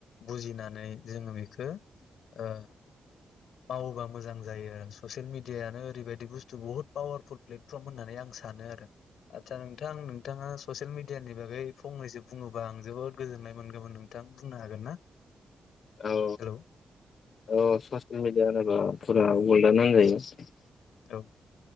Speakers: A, on the left (about 85°); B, on the left (about 60°).
A: बुजिनानै जोङो बेखो ओ मावोबा मोजां जायो ससियेल मिडियानो ओरैबायदि बुस्थु बुहुत पावारफुल प्लेटफर्म होननानै आं सानो आरो आदसा नोंथां नोंथाङा ससियेल मिडियानि बागै फंनैसो बुङोबा आं जोबोद गोजोननाय मोनगौमोन नोंथां बुंनो हागोन ना।
B: औ
A: हेलौ
B: औ <unintelligible> जानोबा फुरा वाल्डानो होनजायो
A: औ